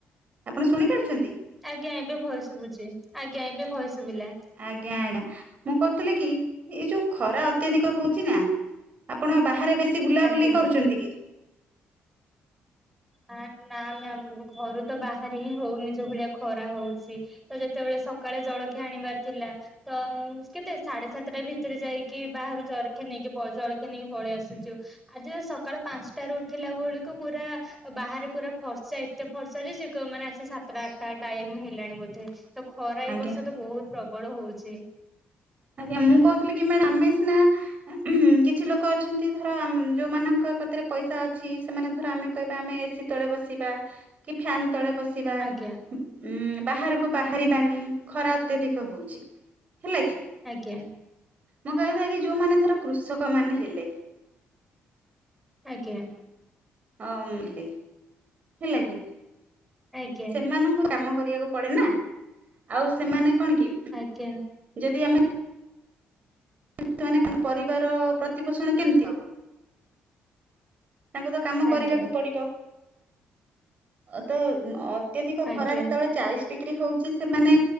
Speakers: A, on the right (about 40°); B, in the centre.
A: ଆପଣ ଶୁଣି ପାରୁଛନ୍ତି?
B: ଆଜ୍ଞା, ଏବେ ଭଏସ୍ ଶୁଭୁଛି, ଆଜ୍ଞା ଏବେ ଭଏସ୍ ଶୁଭିଲା।
A: ଆଜ୍ଞା, ଆଜ୍ଞା, ମୁଁ କହୁଥିଲି କି ଏଇ ଯୋଉ ଖରା ଅତ୍ୟାଧିକ ହଉଛି ନା ଆପଣ ବାହାରେ ବେଶୀ ବୁଲାବୁଲି
B: ଆଜ୍ଞା।
A: କରୁଛନ୍ତି କି?
B: ଆଁ ନା ମ୍ୟାମ୍ ଘରୁ ତ ବାହାରି ହିଁ ହଉନି ଯୋଉ ଭଳିଆ ଖରା ହଉଛି। ତ ଯେତେବେଳେ ସକାଳେ ଜଳଖିଆ ଆଣିବାର ଥିଲା। ତ କେତେ ସାଢେ ସାତେଟା ଭିତରେ ଯାଇକି ବାହାରୁ ଜରଖିଆ ନେଇକି ପ ଜଳଖିଆ ନେଇକି ପଳେଇ ଆସୁଛୁ। ଆଜି ତ ସକାଳ ପାଞ୍ଚଟାରୁ ଉଠିଲା ବେଳକୁ ପୁରା ବାହାରେ ପୁରା ଫର୍ଚା, ଏତେ ଫର୍ଚା ଯେ ଯିଏ କହିବ ମାନେ ଆସି ସାତଟା ଆଠଟା ଟାଇମ ହେଲାଣି ବୋଧେ। ତ ଖରା
A: ଆଜ୍ଞା
B: ଏଇ ବର୍ଷ ତ ବହୁତ ପ୍ରବଳ ହଉଛି।
A: ଆଜ୍ଞା, ମୁଁ କହୁଥିଲି କି ମ୍ୟାଡ଼ମ ଆମେ ସିନା କିଛି ଲୋକ ଅଛନ୍ତି ଧର ଯୋଉଁମାନଙ୍କ କତିରେ ପଇସା ଅଛି, ସେମାନେ ଧର ଆମେ କହିବା ଆମେ ଏସି ତଳେ ବସିବା କି ଫ୍ୟାନ୍ ତଳେ ବସିବା।
B: ଆଜ୍ଞା
A: ଉଁ ବାହାରକୁ ବାହାରିବାନି ଖରା ଅତ୍ୟଧିକ ହଉଛି, ହେଲା କି?
B: ଆଜ୍ଞା।
A: ମୁଁ କହିବା କଥା କି ଯୋଉମାନେ ଧର କୃଷକ ମାନେ ହେଲେ
B: ଆଜ୍ଞା।
A: ହଁ, ହେଲେ ହେଲା କି
B: ଆଜ୍ଞା
A: ସେମାନଙ୍କୁ ତ କାମ କରିବାକୁ ପଡେ ନା, ଆଉ ସେମାନେ କଣ କି
B: ଆଜ୍ଞା
A: ଯଦି ଆମେ <unintelligible> ପରିବାର ପ୍ରତି ପୋଷଣ କେମିତି ହବ? ତାଙ୍କୁ ତ କାମ
B: ଆଜ୍ଞା
A: କରିବାକୁ ପଡିବ, ଅ ତ ଅ ଅତ୍ୟଧିକ
B: ଆଜ୍ଞା
A: ଖରା ଯେତେବେଳେ ଚାଳିଶ ଡିଗ୍ରୀ ହଉଛି ସେମାନେ